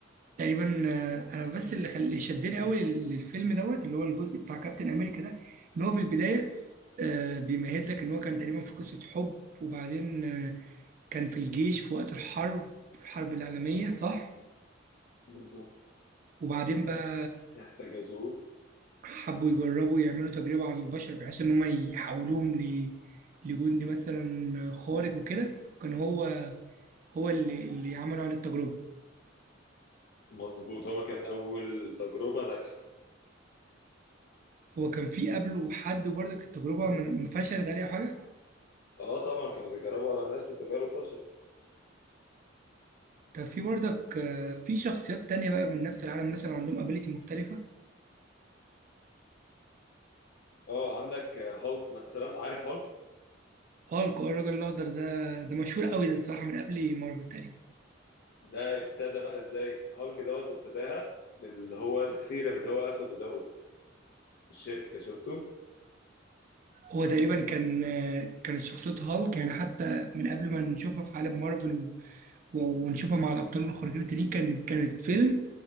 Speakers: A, on the right; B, on the left.
A: تقريبا آه، انا بس اللي خل... اللي شدني قوي للفيلم دوت اللي هو الجزء بتاع كابتن امريكا ده ان هو في البدايه آه، بيمهد لك ان هو كان تقريبا في قصه حب وبعدين آه، كان في الجيش في وقت الحرب الحرب العالميه صح
B: بالظبط
A: وبعدين بقى
B: احتجزوه
A: حبوا يجربوا يعملوا تجربة على البشر بحيث إن هم يحولوهم ل... لجندي مثلا خارق وكده وكان هو هو اللي اللي عملوا عليه التجربة
B: مظبوط هو كان اول تجربه ناجحه
A: هو كان في قبله حد وبرضك التجربة من- فشلت عليه أو حاجة
B: اه طبعا كانوا بيجربوا على ناس وتجارب فشلت
A: كان في برضك آه، في شخصيات تانية بقى من نفس العالم مثلا عندهم ابيليتي مختلفة
B: اه عندك هالك مثلا عارف هالك
A: هالك آه، الراجل الأخضر ده ده مشهور قوي ده الصراحة من قبل مارفل تقريبا
B: ده ابتدى بقى ازاي هالك دوت ابتداها من اللي هو السيرم اللي هو اخده دوت الشركه شفته
A: هو تقريبا كان آه، كانت شخصية هالك يعني حتى من قبل ما نشوفها في عالم مارفل و- ونشوفها مع الابطال الخارقين التانيين كان كانت فيلم